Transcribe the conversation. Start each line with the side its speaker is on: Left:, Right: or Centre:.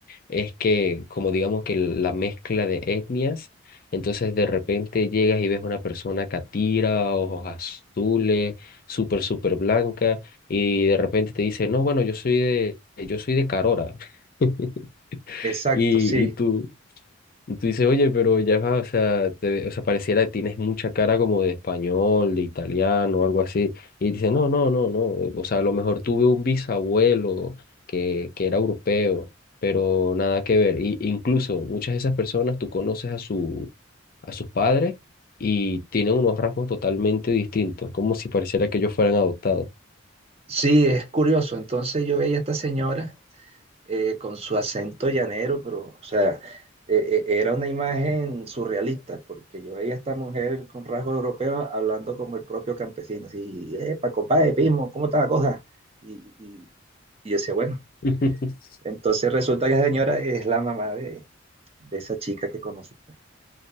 Left: es que, como digamos que la mezcla de etnias, entonces de repente llegas y ves una persona catira, ojos azules, súper, súper blanca, y de repente te dice, no, bueno, yo soy de, yo soy de Carora. <laughs>
Right: Exacto,
Left: Y,
Right: sí.
Left: y tú, Y tú dices, oye, pero ya va, o sea, te- o sea, pareciera que tienes mucha cara como de español, de italiano, algo así. Y dice, no, no, no, no. O sea, a lo mejor tuve un bisabuelo que, que era europeo, pero nada que ver. Y, incluso muchas de esas personas tú conoces a su, a sus padres y tienen unos rasgos totalmente distintos, como si pareciera que ellos fueran adoptados.
Right: Sí, es curioso. Entonces yo veía a esta señora eh, con su acento llanero, pero, o sea, eh, eh, era una imagen surrealista, porque yo veía a esta mujer con rasgos europeos hablando como el propio campesino, así, eh, Paco Páez, Pismo, ¿cómo está la cosa? Y, y, y yo decía, bueno,
Left: <laughs>
Right: entonces resulta que esa señora es la mamá de, de esa chica que conocí. pues.